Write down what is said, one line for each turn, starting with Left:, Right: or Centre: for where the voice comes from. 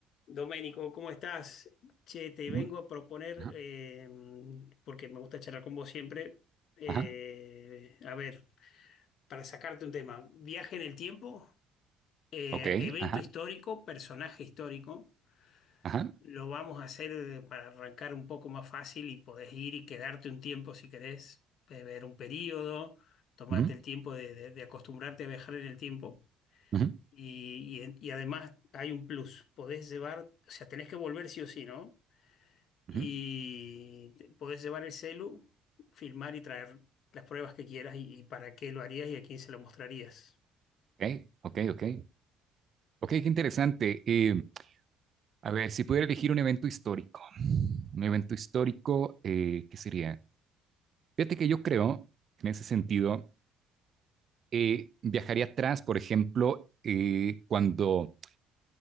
Left: Doménico, ¿cómo estás? Che, te
Right: Ujú,
Left: vengo a proponer,
Right: Ajá,
Left: eh, porque me gusta charlar con vos siempre, eh,
Right: ajá,
Left: a ver, para sacarte un tema, viaje en el tiempo, eh,
Right: ok,
Left: evento
Right: ajá,
Left: histórico, personaje histórico,
Right: ajá,
Left: lo vamos a hacer para arrancar un poco más fácil y podés ir y quedarte un tiempo si querés, beber un periodo, tomarte
Right: ujú,
Left: el tiempo de, de- de acostumbrarte a viajar en el tiempo.
Right: ujú,
Left: Y, y y además hay un plus, podés llevar, o sea, tenés que volver sí o sí, ¿no?
Right: ujú,
Left: y te- podés llevar el celu, filmar y traer las pruebas que quieras y, y para qué lo harías y a quién se lo mostrarías.
Right: ok, ok, ok, ok, qué interesante. Eh, a ver, si pudiera elegir un evento histórico, un evento histórico, eh, ¿qué sería? Fíjate que yo creo, que en ese sentido, eh, viajaría atrás, por ejemplo, eh, cuando,